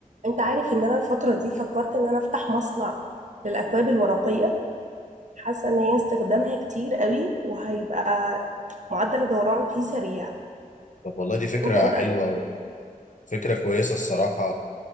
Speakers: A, on the right (about 55°); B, on the left (about 60°).
A: انت عارف ان انا الفترة دي فكرت ان انا افتح مصنع للاكواب الورقية حاسة ان هي استخدامها كتير قوي وهيبقى معدل الدوران فيه سريع
B: طب والله دي فكرة
A: انت ايه رأيك
B: حلوة
A: في
B: أوي
A: كده؟
B: فكرة كويسة الصراحة